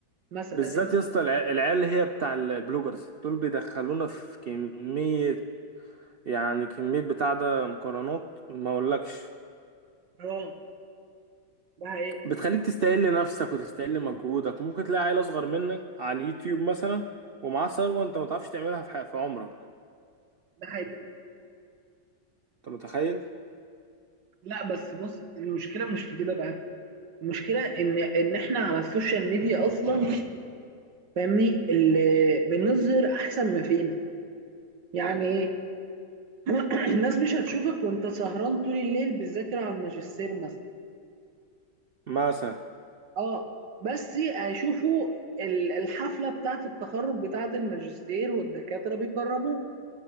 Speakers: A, on the right; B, on the right.
A: مثلا
B: بالذات يا اسطى الع- العيال اللي هي بتاع البلوجرز دول بيدخلونا في كمية يعني كمية بتاع ده مقارنات ما اقولكش
A: انستغرام ده هي
B: بتخليك تستقل نفسك وتستقل مجهودك وممكن تلاقي عيل اصغر منك على اليوتيوب مثلا ومعاه ثروة انت ما تعرفش تعملها في ح- في عمرك
A: ده هي
B: انت متخيل
A: لا بس بص المشكله مش في كده بقى المشكله ان ان احنا على السوشيال ميديا اصلا فاهمني اللي بنظهر احسن ما فينا يعني ايه <clears throat> الناس مش هتشوفك وانت سهران طول الليل بتذاكر على الماجستير مثلا
B: مثلا
A: اه بس هيشوفوا ال- الحفله بتاعه التخرج بتاعه الماجستير والدكاتره بيكرموك